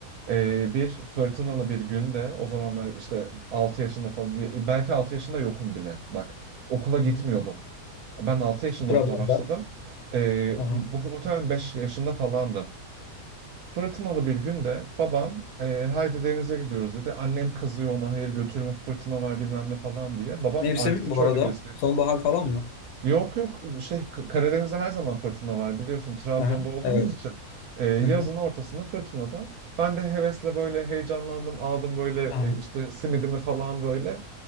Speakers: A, on the right (about 70°); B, on the left (about 80°).
A: Ee, bir fırtınalı bir günde o zamanlar işte 6 yaşında falan belki 6 yaşında yokum bile bak okula gitmiyordum.
B: Hı.
A: Ben 6 yaşında
B: Trabzon'da.
A: okula başladım. Ee,
B: Aha.
A: bu muhtemelen 5 yaşında falandım. Fırtınalı bir günde babam e, haydi denize gidiyoruz dedi. Annem kızıyor ona hayır götürme fırtına var bilmem ne falan diye. Babam
B: Mevsim
A: artık hiç
B: bu
A: öyle
B: arada.
A: birisi
B: Sonbahar falan mı?
A: Yok yok şey K- Karadeniz'de her zaman fırtına var biliyorsun Trabzon'da
B: Aha.
A: olduğumuz
B: Evet.
A: için Ee, yazın
B: Hı-hı.
A: ortasında fırtınada ben de hevesle böyle heyecanlandım aldım böyle
B: Aha.
A: e, işte simidimi falan böyle